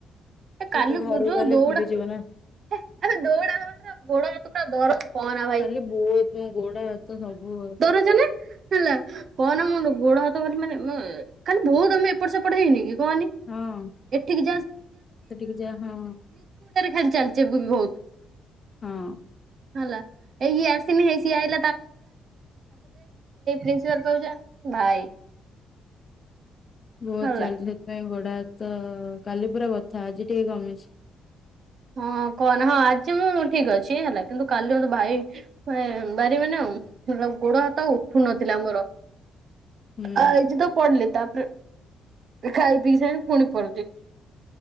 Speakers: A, on the left; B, on the right.
A: ତୁ
B: କାଲିକୁ
A: ତ ଘରକୁ
B: ଯୋଉ
A: ଗଲେ
B: ଦୌଡା
A: ଭୁଲିଯିବ
B: ହେ
A: ନା
B: ଦୌଡ଼ା ହବା ଭିତରେ
A: କାଲି ବହୁତ ମୋ ଗୋଡ ହାତ ସବୁ ହଁ
B: ଗୋଡ ହାତ <unintelligible> ହେଲା କହନା ମୋ ଗୋଡ ହାତ ଖାଲି ମାନେ କାଲି ବହୁତ୍ ସମୟ ଏପଟ ସେପଟ ହେଇନିକି <unintelligible>
A: ହଁ
B: ଚାଲି
A: ସେଠିକି ଯା ହଁ
B: ଚାଲିଚ ବି ବହୁତ୍
A: ହଁ
B: ହେଲା ଏଇ ଇଏ ଆସିନି ହେଇ ସିଏ ଆଇ ପ୍ରିନ୍ସିପାଲ୍ ପାଖକୁ ଯିବା ଭାଇ
A: ବହୁତ
B: ହେଲା
A: ଚାଲିଛି ସେଥିପାଇଁ ଗୋଡ ହାତ କାଲି ପୁରା ବଥା ଅଛି ଆଜି ଟିକେ କମିଛି।
B: ହଁ କହନା ହଁ ଆଜି ମୁଁ ଠିକ ଅଛି ହେଲା କିନ୍ତୁ କାଲି ମତେ ଭାଇ ଭା ଭାରି ମାନେ ଅ । ହେଲା ଗୋଡ ହାତ ଆଉ ଉଠୁ ନଥିଲା ମୋର ।।
A: ହୁଁ
B: ଆଇଛି ତ ପଡିଲି ତାପରେ ଖାଇ ପିଇ ସାରି ପୁଣି ପଡିଲି ।